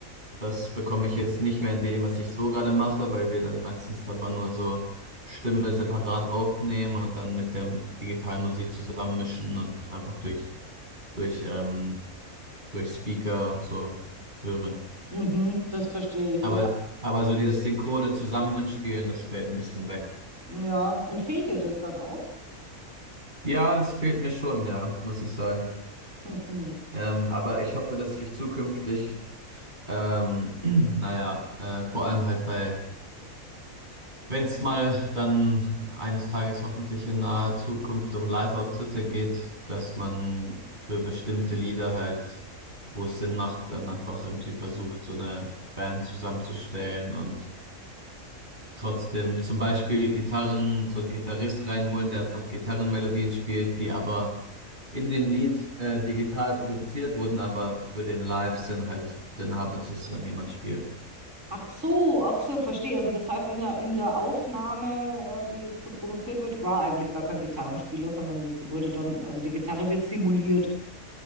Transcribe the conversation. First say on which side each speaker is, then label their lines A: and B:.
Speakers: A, on the right (about 35°); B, on the right (about 60°).
A: Das bekomme ich jetzt nicht mehr in dem, was ich so gerade mache, weil wir dann meistens aber nur so Stimme separat aufnehmen und dann mit der digitalen Musik zusammenmischen und einfach durch, durch, ähm, durch Speaker und so hören.
B: mhm, das verstehe ich,
A: Aber,
B: ja.
A: aber so dieses
B: Gut.
A: synchrone Zusammenspielen, das fällt ein bisschen weg.
B: Ja, und fehlt dir das dann auch?
A: Ja, das fehlt mir schon, ja, muss ich sagen.
B: <laughs>
A: Ähm, aber ich hoffe, dass ich zukünftig, ähm, <clears throat> naja, äh, vor allem halt bei Wenn es mal dann eines Tages hoffentlich in naher Zukunft um Live-Auftritte geht, dass man für bestimmte Lieder halt, wo es Sinn macht, dann einfach irgendwie versucht, so eine Band zusammenzustellen und trotzdem zum Beispiel Gitarren, so einen Gitarrist reinholen, der einfach Gitarrenmelodien spielt, die aber in dem Lied äh, digital produziert wurden, aber für den Live-Sinn halt Sinn haben, dass es dann jemand spielt.
B: Ach so, ach so, verstehe. Also das heißt, in der, in der Aufnahme, äh, die jetzt so produziert wird, war eigentlich gar kein Gitarrenspieler, sondern sie die wurde dann, also die Gitarre wird simuliert.